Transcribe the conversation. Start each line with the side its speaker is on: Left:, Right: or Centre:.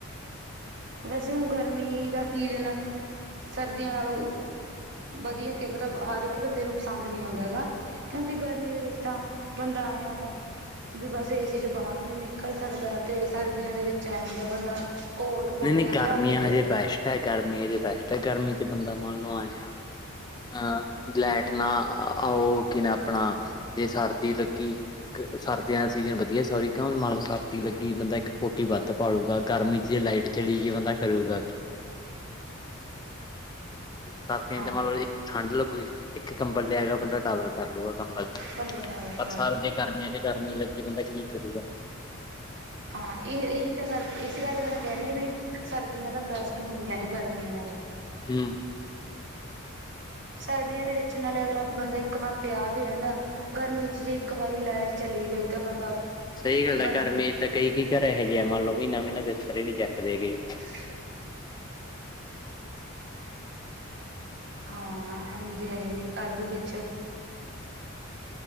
Right: ਵੈਸੇ ਹੁਣ ਗਰਮੀ ਦਾ ਸੀਜਨ, ਸਰਦੀਆਂ ਨਾਲੋਂ ਵਧੀਆ, ਮਤਲਬ ਹਰ ਇੱਕ ਬੰਦੇ ਨੂੰ ਪਸੰਦ ਨੀ ਆਉਂਦਾ ਹੈਗਾ। ਕਿਉਂਕਿ ਗਰਮੀ ਦੇ ਵਿੱਚ ਤਾਂ ਬੰਦਾ ਆਏ ਹੈ ਗਾ, ਵੀ ਬਸ ਏ ਸੀ 'ਚੋਂ ਬਾਹਰ ਨੀ ਨਿਕਲ ਨਿਕਲ ਸਕਦਾ, ਤੇ ਸਰਦੀਆਂ ਦੇ ਵਿੱਚ ਇਹ ਹੁੰਦਾ ਬੰਦਾ ਕੋਟ ਕੋਟੀਆਂ
Left: ਨਹੀਂ ਨਹੀਂ ਗਰਮੀੀਆਂਆ
Right: ਚੜਾ ਕੇ ਫਿਰਦਾ
Left: ਹਜੇ, ਬੈ ਹੈ ਗਰਮੀਜ ਬੈਸਟ ਹੈ ਗਰਮੀ 'ਚ ਬੰਦਾ ਮੰਨ ਲਓ, ਆਏ ਹ ਅਹ ਲ ਲੈਟ ਨਾ ਉਹਓ, ਕੀ ਨ ਆਪਣਾ ਜੇ ਸਰਦੀ ਲੱਗੀ ਸਰਦੀਆਂ ਦਾ ਸੀਜ਼ਨ ਵਧੀਆ, ਸੋਰੀ ਕਿਉਂ ਮਨਲਬ ਸਰਦੀ ਲੱਗੀ ਬੰਦਾ ਇੱਕ ਕੋਟੀ ਵੱਧ ਪਾਲੂਗਾ, ਗਰਮੀ 'ਚ ਜੇ ਲਾਈਟ ਚਲੀ ਗਈ, ਬੰਦਾ ਕਰੂਗਾ ਕਿ? ਸਰਦੀਆਂ
Right: ਹਾਂ
Left: 'ਚ ਮਤਲਬ ਇੱਕ ਠੰਢ ਲੱਗੂਗੀ ਕੰਬਲ ਲਿਆਗਾ ਬੰਦਾ ਡਬਲ ਕਰ ਲੂਗਾ ਕੰਬਲ ਨੂੰ,
Right: ਬੰਦਾ ਬਰ
Left: ਪਰ ਸਰ ਜੇ ਗਰਮੀਆਂ 'ਚ ਗਰਮੀ ਲੱਗੀ, ਬੰਦਾ ਕੀ ਕਰੂਗਾ?
Right: ਹਾਂ ਇਹ-ਇਹੀ ਤਾ ਕਰ ਇਸ ਕਰਕੇ ਤਾ ਮੈਂ ਕਹਿਣੀ ਹਾਂ ਵੀ ਸਰਦੀਆ ਤਾ ਬੈਸਟ ਹੁੰਦੀਆਂ ਨੇ ਗਰਮੀਆ ਨਾਉ।
Left: ਹੂੰ
Right: ਸਰਦੀਆਂ ਦੇ ਵਿੱਚ ਨਾਲੇ ਅਗਲਾ ਬੰਦਾ ਇੱਕ ਥਾਂ ਪਿਆ ਵੀ ਰਹਿੰਦਾ ਗਰਮੀ ਚ ਜੇ ਇੱਕ ਵਾਰੀ ਲੈਟ ਚਲੀ ਗਈ ਤਾਂ ਬੰਦਾ
Left: ਸਹੀ ਗੱਲ ਹੈ
Right: ਬੰ
Left: ਗਰਮੀ ਚ ਤਾਂ ਕਈ ਕੀ ਘਰ ਇਹੋ ਜਿ ਆ ਮੰਨ ਲੋਓ ਮਹੀਨਾ-ਮਹੀਨਾ ਬਿਸਤਰੇ ਹੀ ਨਹੀਂ ਚੱਕਦੇ ਗੇ।
Right: <inaudible> ਹਾਂ ਹਿੰਦੀ ਇਹ ਹੀ ਘਰ ਦੇ ਵੀ ਵਿੱਚ।